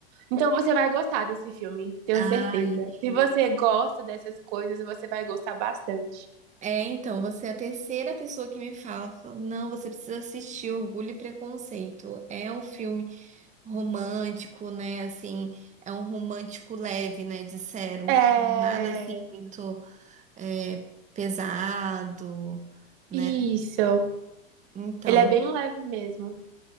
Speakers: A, on the right (about 55°); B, on the right (about 25°).
A: Então você vai gostar desse filme, tenho
B: Ai,
A: certeza. Se você gosta dessas coisas, você vai gostar bastante.
B: é, então, você é a terceira pessoa que me fala, fala, não, você precisa assistir Orgulho e Preconceito. É um filme romântico, né? Assim, é um romântico leve, né? Disseram,
A: É.
B: nada assim muito é, pesado, né?
A: Isso.
B: Então,
A: Ele é bem leve mesmo.